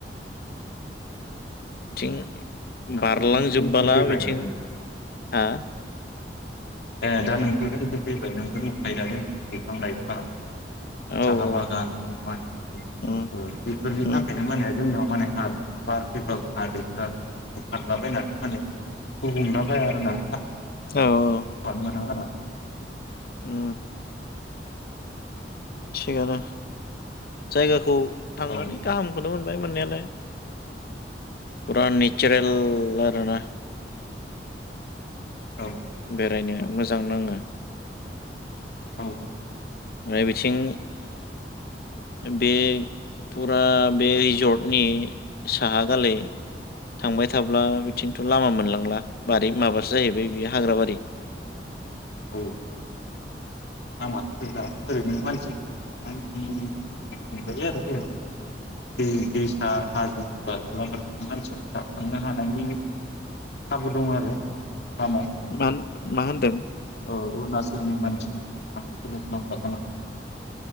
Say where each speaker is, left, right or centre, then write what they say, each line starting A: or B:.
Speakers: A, on the left; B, on the left.
A: थिं
B: दा
A: बारलांजोबबोला
B: नोंथ' जोंथिं फैबाय
A: बिथिं हा
B: ए दा नोंथ' जोंनिथिं फैबाय नोंखौ नुखायो दा जों बिफां लाइफां।
A: औ औ
B: साहा बागान कम्पानि
A: उम
B: ओ बेफोरनि
A: उम
B: थाखायनो माने जोंनियाव माने हा बार फैबाबो हादैफोरा बुखारलाबायनानै माने गुबुंलाबाया आरो ना
A: औ औ
B: <unintelligible>
A: ओम थिगानो जायगाखौ थांनानै
B: औ
A: गाहामखौनो मोनबाय मोननायालाय। पुरा नेसारेल <unintelligible> आरोना
B: औ
A: बेरायनो मोजां नाङो।
B: औ
A: <unintelligible> बिथिं बे फुरा बे रिजर्टनि साहा गालै थांबाय थाब्ला बिथिंथ' लामा मोनलांला बारि माबासो जाहैबाय बेयो हाग्राबारि।
B: औ नामाथ' दा ओरैनो मानसि-मानसि नुजायो आरो ओरैनो। बे दैसा हाजो। बारखोला बारखोलि मानसिया थां थांनो हानायनि खाबु दङ आरो। लामा
A: मान-मा होनदों।
B: ओ अरुणाचलनि मानसि <inaudible>